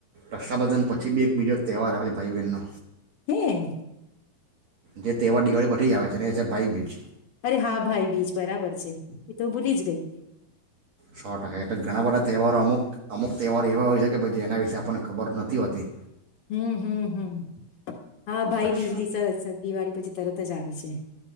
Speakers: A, on the right (about 55°); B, on the left (about 55°).
A: રક્ષાબંધન પછી બી એકબીજો એક તહેવાર આવે છે ભાઈ બહેનનો
B: હમ
A: જે તહેવાર દિવાળી પી જ આવે છે ને એ છે ભાઈ બીચ
B: અરે હા ભાઈ બીચ બરાબર છે એ તો હું ભૂલી જ ગઈ
A: સો ટકા એટલે ઘણા બધા તહેવારો અમુક અમુક તહેવારો એવા હોય શકે જે એના વિશેે આપણને ખબર નથી હોતી
B: હમ હમ હમ હા ભાઈ
A: પછી
B: બીજ બી સરસ છે દિવાળી પછી તરત જ આવે છે